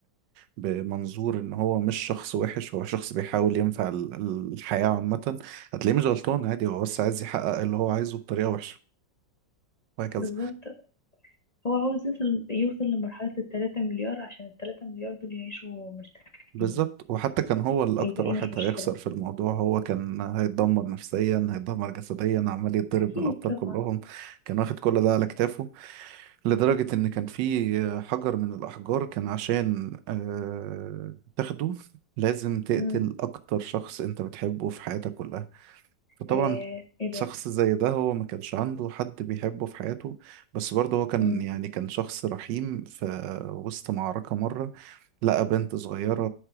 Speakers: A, on the right (about 75°); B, on the left (about 45°).
A: بمنظور ان هو مش شخص وحش هو شخص بيحاول ينفع ال- الحياة عامة هتلاقيه مش غلطان عادي هو بس عايز يحقق اللي هو عايزه بطريقة وحشة وهكذا
B: بالظبط هو عاوز يوصل يوصل لمرحلة التلاتة مليار عشان التلاتة مليار دول يعيشوا مرتاحين
A: بالظبط وحتى كان هو اللي
B: والباقي
A: اكتر واحد
B: مش مشكلة
A: هيخسر في الموضوع هو كان هيتدمر نفسيا هيتدمر جسديا عمال يتضرب
B: أكيد
A: من الابطال
B: طبعا
A: كلهم كان واخد كل ده على كتافه لدرجة ان كان في حجر من الاحجار كان عشان آه تاخده لازم تقتل
B: مم.
A: اكتر شخص انت بتحبه في حياتك كلها فطبعا
B: ايه إيه ده
A: شخص زي ده هو ما كانش عنده حد بيحبه في حياته بس برضه هو كان
B: مم.
A: يعني كان شخص رحيم في وسط معركة مرة لقى بنت صغيرة